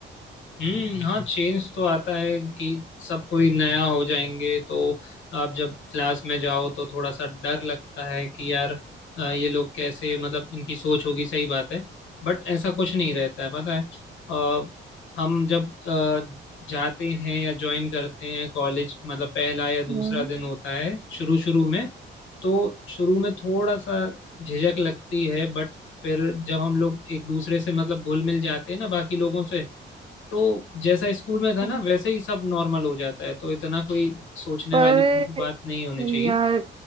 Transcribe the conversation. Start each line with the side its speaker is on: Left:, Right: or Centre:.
Left: हम्म हाँ चेंज तो आता है कि सब कोई नया हो जाएंगे तो आप जब क्लास में जाओ तो थोड़ा सा डर लगता है कि यार अ, ये लोग कैसे मतलब इनकी सोच होगी सही बात है बट ऐसा कुछ नहीं रहता है पता है अ, हम जब अ, जाते हैं या ज्वाइन करते हैं कॉलेज मतलब पहला या
Right: हम्म
Left: दूसरा दिन होता है शुरू शुरू में तो शुरू में थोड़ा सा झिझक लगती है बट फिर जब हम लोग एक दूसरे से मतलब घुल मिल जाते हैं ना बाकी लोगों से तो जैसा स्कूल में था
Right: हाँ।
Left: ना वैसे ही सब नॉर्मल हो जाता है तो इतना कोई सोचने
Right: पर
Left: वाली बात नहीं होनी चाहिए
Right: यार